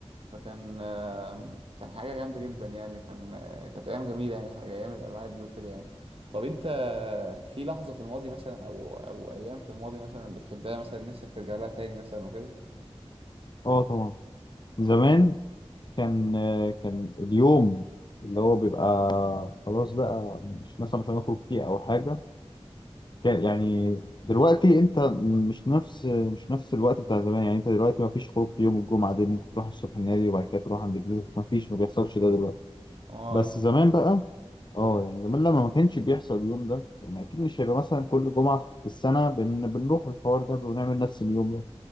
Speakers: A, on the right; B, on the left.
A: فكان آم، كان حاجه جامده جدا يعني وكان آه، كانت ايام جميله يعني ايام الالعاب دي وكده يعني طب انت في لحظه في الماضي مثلا او او ايام في الماضي مثلا بتحبها مثلا نفسك ترجع لها تاني مثلا وكده
B: اه طبعا زمان كان آه، كان اليوم اللي هو بيبقى خلاص بقى مش مثلا مش هنخرج فيه او حاجه كان- يعني دلوقتي انت مش نفس مش نفس الوقت بتاع زمان يعني انت دلوقتي ما فيش خروج في يوم الجمعه ده إن انت تروح الصبح النادي وبعد كده تروح عند جدتك ما فيش ما بيحصلش ده دلوقتي
A: اه
B: بس
A: ايوه
B: زمان بقى اه يعني زمان لما ما كانش بيحصل اليوم ده ما اكيد مش هيبقى مثلا كل جمعه في السنه بن... بنروح الحوار ده ونعمل نفس اليوم ده